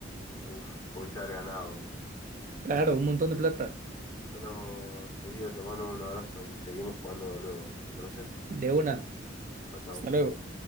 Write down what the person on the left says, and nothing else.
Uf, pudiste haber ganado.
Bueno, querido, te mando un abrazo y seguimos jugando luego. ¿Te parece?
Chao, chao.